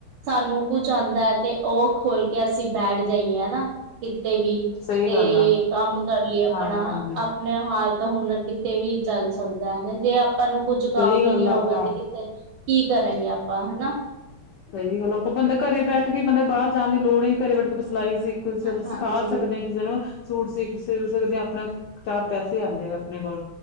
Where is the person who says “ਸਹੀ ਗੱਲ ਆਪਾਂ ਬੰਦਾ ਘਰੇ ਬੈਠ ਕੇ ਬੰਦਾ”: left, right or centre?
Left